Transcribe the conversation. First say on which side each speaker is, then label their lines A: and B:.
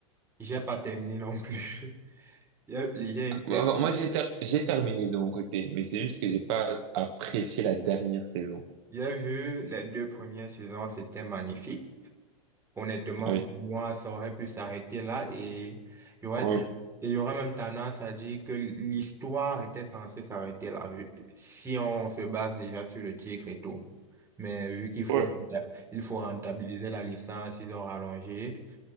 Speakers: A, on the right; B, on the right.
A: j'ai pas terminé non plus. <laughs> J'ai j'ai-
B: bah,
A: j'ai-
B: bah, moi, j'ai ter- j'ai terminé de mon côté. Mais c'est juste que j'ai pas apprécié la dernière saison.
A: j'ai vu les deux premières saisons, c'était magnifique. Honnêtement,
B: Oui.
A: pour moi, ça aurait pu s'arrêter là et il y aurait,
B: Oui.
A: et il y aurait même tendance à dire que l'histoire était censée s'arrêter là, vu- si on se base déjà sur le titre et tout. Mais vu qu'il faut,
B: Oui.
A: renta- il faut rentabiliser la licence, ils ont rallongé,